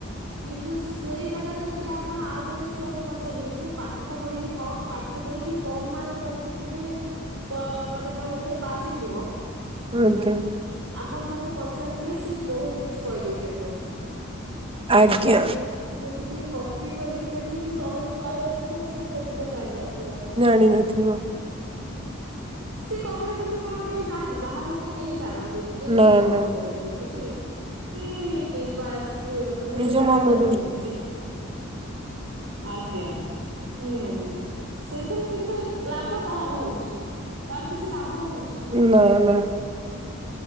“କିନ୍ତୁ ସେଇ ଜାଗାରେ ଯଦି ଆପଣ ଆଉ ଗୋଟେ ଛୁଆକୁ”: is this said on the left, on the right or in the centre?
Right